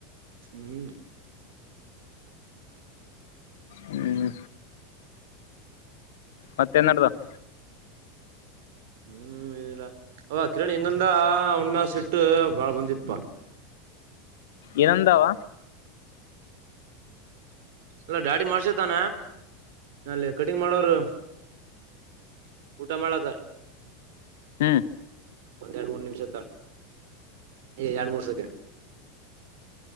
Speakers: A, on the right (about 60°); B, on the left (about 65°).
A: ಹ್ಮ್.
B: ಹ್ಮ್. ಮತ್ತೇನ್ ನಡ್ದವ್
A: ಹ್ಮ್ ಏನಿಲ್ಲ. ಅವ ಕಿರಣ್ ಹಿಂಗಂದ ಒಣ್ಮ್ಯಾ ಸಿಟ್ಟಾ. ಬಾಳ ಬಂದಿಪ್ಪ.
B: ಇನಂದಾವ.
A: ಅಲ್ಲ ಡಾಡಿ ಮಾಡ್ಸತಾನ ಅಲ್ಲಿ ಕಟಿಂಗ್ ಮಾಡೋರು ಊಟ ಮಾಡ್ಲತಾರ.
B: ಹ್ಮ್.
A: ಒಂದೆರಡು ಮೂರ್ ನಿಮ್ಷ ತ್ತಾಳ್. ಏ ಎರಡ್ ಮೂರ್ ಸೆಕೆಂಡ್.